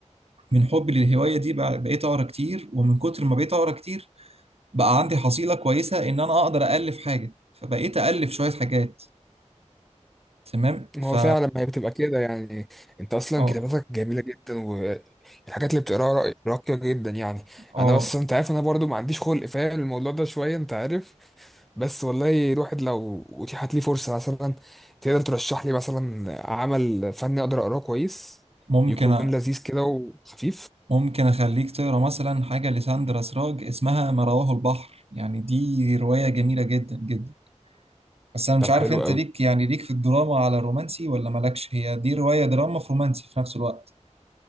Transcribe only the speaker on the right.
من حبي للهواية دي بقى- بقيت أقرا كتير ومن كتر ما بقيت أقرا كتير بقى عندي حصيلة كويسة إن أنا أقدر أألف حاجة فبقيت أألف شوية حاجات تمام
ف
اه
اه
ممكن
أ-
ممكن أخليك تقرأ مثلا حاجة لساندرا سراج اسمها ما رواه البحر يعني دي رواية جميلة جدا جدا بس أنا مش
عارف
أنت
ليك يعني ليك في الدراما على الرومانسي ولا مالكش هي دي رواية دراما في رومانسي في نفس الوقت